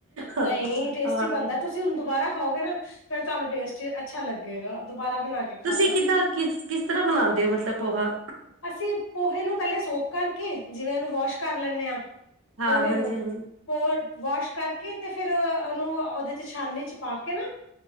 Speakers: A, on the right; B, on the left.
A: ਹਾਂ
B: ਨਹੀਂ ਟੇਸਟੀ
A: ਹਾਂ
B: ਬਣਦਾ ਤੁਸੀਂ ਹੁਣ ਦੁਬਾਰਾ ਖਾਓਗੇ ਨਾ ਫੇਰ ਤੁਹਾਨੂੰ ਟੇਸਟ ਅੱਛਾ ਲੱਗੇਗਾ, ਦੁਬਾਰਾ ਬਣਾ ਕੇ
A: ਤੁਸੀਂ
B: ਖਾਣਾ
A: ਕਿੱਦਾਂ ਕਿਸ ਕਿਸ ਤਰ੍ਹਾਂਹ ਬਨਾਉਂਦੇ ਹੋ, ਮਤਲਬ ਪੋਹਾਂ?
B: ਅਸੀਂ ਪੋਹੇ ਨੂੰ ਪਹਿਲੇ ਸੋਕ ਕਰਕੇ, ਜਿਵੇਂ ਉਹਨੂੰ ਵਾਸ਼ ਕਰ ਲੈਂਦੇ ਹਾਂ
A: ਹਾਂ
B: ਪੋਹੇ
A: ਹਾਂਜੀ
B: ਨੂੰ
A: ਹਾਂਜੀ
B: ਵਾਸ਼ ਕਰਕੇ, ਤੇ ਫੇਰ ਉਹਨੂੰ ਉਹਦੇ ਚ ਛਾਨਨੀ ਚ ਪਾ ਕੇ ਨਾ